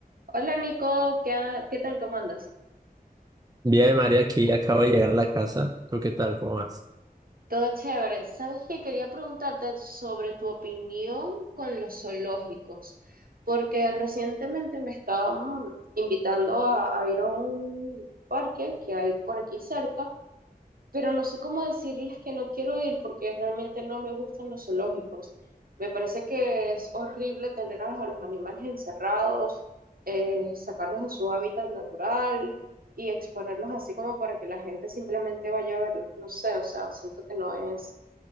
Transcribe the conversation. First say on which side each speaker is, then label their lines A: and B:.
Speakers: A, on the right (about 65°); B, on the right (about 25°).
A: Hola Nico, ¿qué, ha- qué tal? ¿Cómo andas?
B: Bien, María, aquí acabo de llegar a la casa. ¿Tú qué tal? ¿Cómo vas?
A: Todo chévere. Sabes que quería preguntarte sobre tu opinión con los zoológicos, porque recientemente me estaban invitando a, a ir a un parque que hay por aquí cerca pero no sé cómo decirles que no quiero ir porque realmente no me gustan los zoológicos. Me parece que es horrible tener a los, a los animales encerrados, eh, sacarlos de su hábitat natural y exponerlos así como para que la gente simplemente vaya a verlos. No sé, o sea, siento que no es,